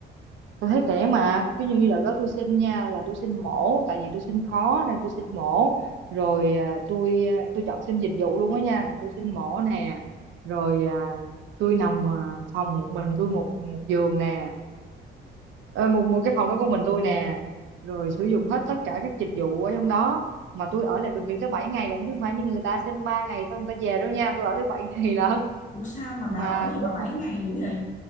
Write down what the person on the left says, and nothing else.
Ủa sao mà
bà ở gì mà
7
ngày
dữ vậy?